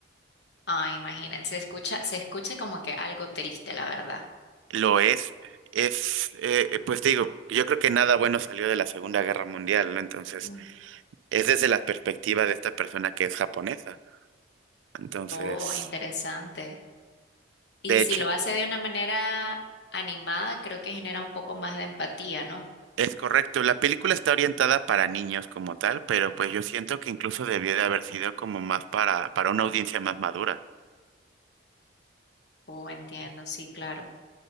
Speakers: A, on the left (about 60°); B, on the right (about 80°).
A: Ah, imagínate, se escucha, se escucha como que algo triste, la verdad.
B: Lo es, es, eh, eh, pues te digo, yo creo que nada bueno salió de la Segunda Guerra Mundial, ¿no? Entonces,
A: Mm.
B: es desde la perspectiva de esta persona que es japonesa. Entonces,
A: Oh, interesante. Y
B: de
A: si
B: hecho,
A: lo hace de una manera animada, creo que genera un poco más de empatía, ¿no?
B: Es correcto, la película está orientada para niños como tal, pero pues yo siento que incluso debió de haber sido como más para, para una audiencia más madura.
A: Oh, entiendo, sí, claro.